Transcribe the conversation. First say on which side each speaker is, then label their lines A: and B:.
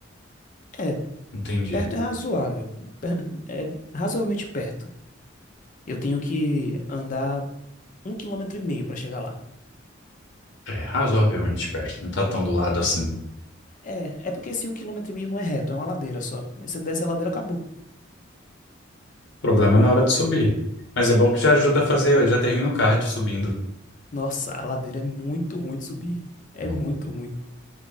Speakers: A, on the left; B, on the left.
A: É,
B: Entendi.
A: perto é razoável. <laughs> Per- É razoavelmente perto. Eu tenho que andar um quilômetro e meio pra chegar lá.
B: É razoavelmente perto, não tá tão do lado assim. O
A: É, é porque esse um quilômetro e meio não é reto, é uma ladeira só. Aí você desce a ladeira, acabou.
B: problema é na hora de subir. Mas é bom que já ajuda a fazer, eu já termino o cardio subindo.
A: Nossa, a ladeira é muito ruim de subir. É
B: Bom,
A: muito ruim.